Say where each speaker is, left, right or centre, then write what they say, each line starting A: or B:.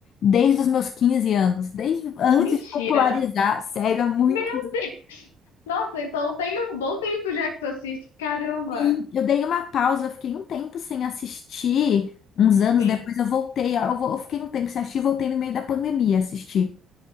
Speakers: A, on the left; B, on the left.
A: desde os meus 15 anos, desde antes
B: Mentira.
A: de popularizar. Sério, é muito.
B: Meu Deus! Nossa, então tem um bom tempo já que tu assiste. Caramba!
A: Sim, eu dei uma pausa, eu fiquei um tempo sem assistir. Uns anos
B: Sim,
A: depois eu voltei. Eu vou- eu fiquei um tempo sem assistir, voltei no meio da pandemia a assistir.